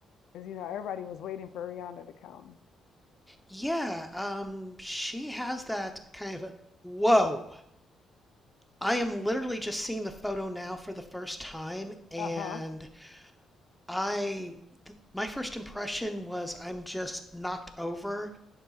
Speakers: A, on the left; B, in the centre.
A: Because you know everybody was waiting for Rihanna to come.
B: Yeah, um, she has that kind of a, whoa. I am literally just seeing the photo now for the first time, and
A: Uh-huh.
B: I th- my first impression was I'm just knocked over